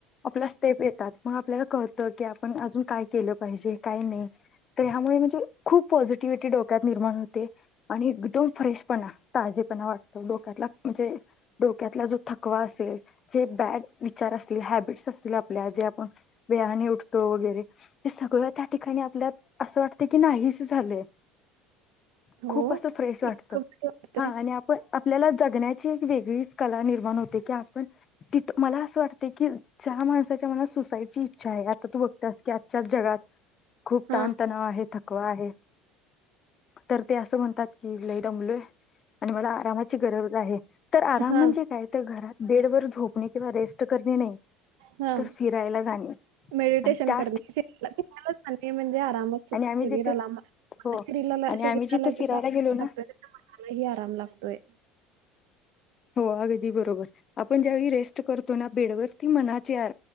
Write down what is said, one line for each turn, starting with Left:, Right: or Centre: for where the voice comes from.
Left: आपला स्टेप येतात मग आपल्याला कळतं की आपण अजून काय केलं -- पाहिजे काय नाई तर ह्यामुळे म्हणजे खूप पॉझिटिव्हिटी डोक्यात निर्माण होते आणि एकदम फ्रेशपणा ताजेपणा वाटतो डोक्यातला म्हणजे डोक्यातला जो थकवा असेल जे बॅड विचार असतील हॅबिट्स असतील आपल्या जे आपण वेळाने उठतो वगैरे ते सगळं त्या ठिकाणी आपल्या असं वाटत की नाही स झालंय.
Right: हो
Left: खूप अस फ्रेश
Right: इतकं
Left: वाटत
Right: भारी वाटतंय
Left: हा आणि आपण आपल्याला जगण्याची एक वेगळीच कला निर्माण होते की आपण तिथं मला असं वाटते की ज्या माणसाच्या मनात सुसाईडची इच्छा आहे आता तू बघत्यास की <unintelligible> जगात खूप
Right: हा
Left: ताणतणाव आहे थकवा आहे तर ते असं म्हणतात की लय दमलोय आणि मला आरामाची गरज आहे. तर आराम
Right: हा
Left: म्हणजे काय तर घरात बेड वर झो झोपणे किंवा रेस्ट करणे नाही
Right: हा
Left: तर फिराला जाणे
Right: मेडिटेशन
Left: आणि त्या
Right: करणे फिरायला ते म्हणजे आरामात
Left: आणि आम्ही
Right: <unintelligible>
Left: जिथे
Right: शरीराला
Left: हो
Right: शरीराला
Left: आणि
Right: शरीराला
Left: आम्ही जिथे
Right: जसा
Left: फिरायला
Right: आराम
Left: गेलो
Right: लागतोय
Left: ना
Right: तस मनालाही आराम लागतोय.
Left: हो अगदी बरोबर आपण ज्यावेळी रेस्ट करतो ना बेडवरती मनाच्या